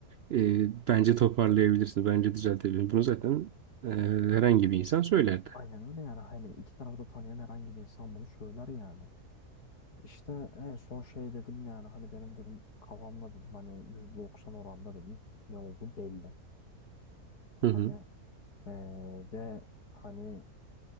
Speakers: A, on the right; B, on the left.
A: e, bence toparlayabilirsin bence düzeltebilirsin. Bunu zaten e, herhangi bir insan söylerdi.
B: aynen öyle yani. Hani iki tarafı da tanıyan herhangi bir insan bunu söyler yani. İşte en son şey dedim yani hani benim dedim kafamda dedim hani %90 oranda dedim ne oldu belli.
A: Hı
B: Hani
A: hı.
B: eee, ve hani